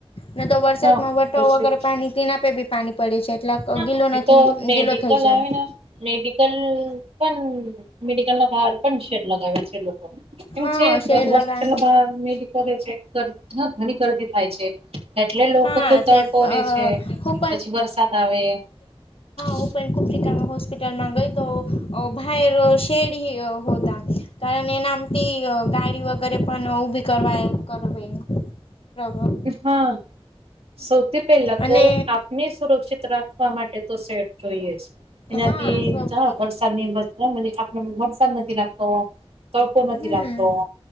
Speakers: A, on the left; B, on the right.
A: ન તો વરસાદ
B: હા
A: માં વટા
B: તો છે
A: વગેરે
B: જ.
A: પાણીના આપે બી પાણી પડે છે એટલા
B: હા
A: ગીલો
B: હવે
A: નથી
B: તો મેડિકલ
A: ગીલો થઈ જાય
B: આવે ને મેડિકલ પણ મેડિકલ ના બહાર પણ શેડ લગાવે છે લોકો એમ
A: હા
B: છે બ
A: શેડ લગા
B: છે ઘણી ગરદી થાય છે એટલે લોકો
A: હા
B: તો તડકો
A: તે અ
B: રે છે
A: હું
B: પછી વરસાદ આવે. <inaudible>
A: ઓ પણ કુફરીતા હોસ્પિટલમાં ગઈ તો ભઈ શેડ હોતા કારણ એનામથી ગાડી વગેરે પણ ઊભી કરવા કરવે પ્ર
B: હા સૌથી પહેલા તો
A: અને
B: આપ ને સુરક્ષિત રાખવા માટે તો સેટ જોઈએ જ એનાથી
A: હા સૌથી
B: ચા વરસાદની હા ભર્યું
A: હમ